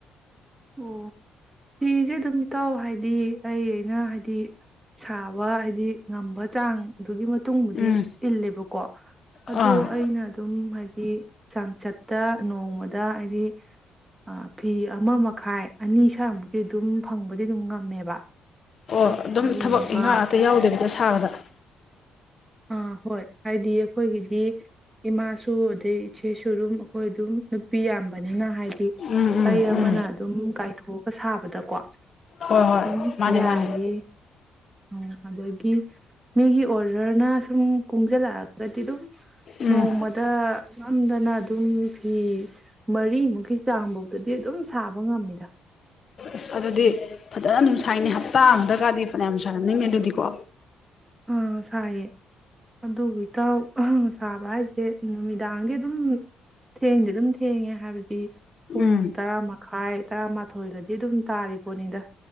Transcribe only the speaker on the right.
ꯑꯣ ꯐꯤꯁꯦ ꯑꯗꯨꯝ ꯏꯇꯥꯎ ꯍꯥꯏꯗꯤ ꯑꯩ ꯑꯩꯅ ꯍꯥꯏꯗꯤ ꯁꯥꯕ ꯍꯥꯏꯗꯤ ꯉꯝꯕ ꯆꯥꯡꯗꯨꯒꯤ ꯃꯇꯨꯡꯕꯨꯗꯤ
ꯏꯜꯂꯦꯕꯀꯣ ꯑꯗꯣ
ꯑꯩꯅ ꯑꯗꯨꯝ ꯍꯥꯏꯗꯤ ꯆꯥꯡꯆꯠꯇ ꯅꯣꯡꯃꯗ ꯍꯥꯏꯗꯤ ꯑ ꯐꯤ ꯑꯃ ꯃꯛ ꯈꯥꯏ ꯑꯅꯤ ꯁꯥꯏꯃꯨꯛꯇꯤ ꯑꯗꯨꯝ ꯑꯗꯨꯝ ꯉꯝꯃꯦꯕ
ꯑꯗꯨꯗꯨꯒ
ꯑꯩꯈꯣꯏ
ꯑꯥ ꯍꯣꯏ ꯍꯥꯏꯗꯤ ꯑꯈꯣꯏꯒꯤꯗꯤ ꯏꯃꯥꯁꯨ ꯑꯗꯩ ꯏꯆꯦꯁꯨ ꯑꯗꯨꯝ ꯑꯈꯣꯏ ꯑꯗꯨꯝ ꯅꯨꯄꯤ ꯌꯥꯝꯕꯅꯤꯅ ꯍꯥꯏꯗꯤ
ꯑꯩ ꯑꯃꯅ
ꯑꯗꯨꯝ ꯀꯥꯏꯊꯣꯛꯑꯒ ꯁꯥꯕꯗꯀꯣ ꯑꯗꯨꯝ
ꯌꯥꯏꯌꯦ
ꯑꯣ ꯑꯗꯒꯤ ꯃꯦꯒꯤ ꯑꯣꯔꯗꯔ ꯅꯥ ꯁꯨꯝ ꯀꯨꯡꯖꯟꯂꯛꯑꯒꯗꯤ ꯑꯗꯨꯝ
ꯅꯣꯡꯃꯗ ꯉꯝꯗꯅ ꯑꯗꯨꯝ ꯐꯤ ꯃꯔꯤꯃꯨꯛꯀꯤ ꯆꯥꯡꯕꯥꯎꯗꯗꯤ ꯑꯗꯨꯝ ꯁꯥꯕ ꯉꯝꯃꯤꯗ
ꯑꯥ ꯁꯥꯏꯌꯦ ꯑꯗꯨꯕꯨ ꯏꯇꯥꯎ ꯁꯥꯕ ꯍꯥꯏꯁꯦ ꯅꯨꯃꯤꯗꯥꯡꯗꯤ ꯑꯗꯨꯝ ꯊꯦꯡꯗꯤ ꯑꯗꯨꯝ ꯊꯦꯡꯉꯦ ꯍꯥꯏꯕꯗꯤ ꯄꯨꯡ
ꯇꯔꯥ ꯃꯈꯥꯏ ꯇꯔꯥꯃꯥꯊꯣꯏꯒꯗꯤ ꯑꯗꯨꯝ ꯇꯥꯔꯤ ꯄꯣꯠꯅꯤꯗ